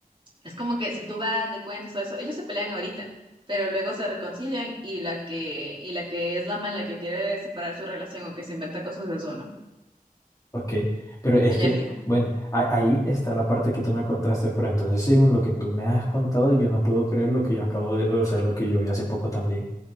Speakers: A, on the right (about 35°); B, on the left (about 25°).
A: es como que si tú vas, le cuentas todo eso, ellos se pelean ahorita, pero luego se reconcilian y la que, y la que es la mala que quiere separar su relación o que se inventa cosas es uno.
B: Ok, pero es
A: Oye,
B: que,
A: que,
B: bueno, a- ahí está la parte que tú me contaste, pero entonces según lo que tú me has contado, yo no puedo creer lo que yo acabo de, o sea, lo que yo vi hace poco también.